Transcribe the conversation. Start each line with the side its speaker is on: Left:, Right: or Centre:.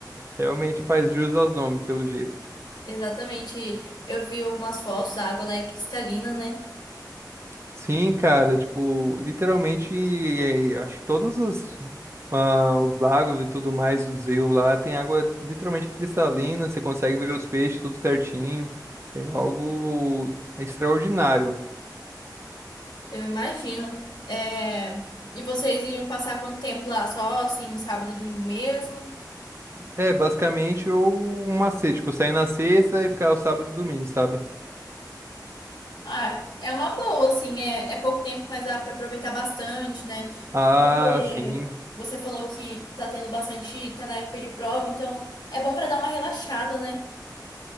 Right: Realmente faz jus aos nomes, pelo jeito.
Left: Exatamente. Eu vi algumas fotos, a água lá é cristalina, né?
Right: Sim, cara, tipo, literalmente, é, acho que todos os, ah, os lagos e tudo mais, os rios lá, tem água literalmente cristalina, você consegue ver os peixes tudo certinho, é algo extraordinário.
Left: Eu imagino. É... E vocês iriam passar quanto tempo lá? Só assim, sábado e domingo mesmo?
Right: É, basicamente, o- um macete, tipo, sair na sexta e ficar o sábado e domingo, sabe?
Left: Ah, é uma boa, assim, é, é pouco tempo, mas dá pra aproveitar bastante, né?
Right: Ah,
Left: Porque
Right: sim.
Left: Você falou que tá tendo bastante, tá na época de prova, então é bom pra dar uma relaxada, né?